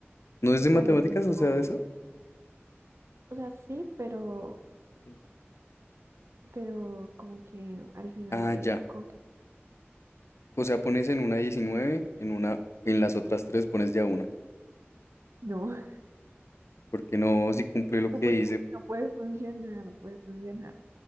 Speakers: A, on the left; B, on the right.
A: ¿No es de matemáticas?
B: Bueno, no es
A: O
B: bobo.
A: sea, de eso.
B: O sea, sí, pero,
A: 20.
B: pero como que al final
A: Ah,
B: hay
A: ya.
B: algo como que
A: O sea, pones en una 19, en una, en las otras tres pones ya una.
B: no. <laughs>
A: Porque no, si cumple lo
B: O
A: que
B: pues
A: dice.
B: bueno, puede funcionar, puede funcionar.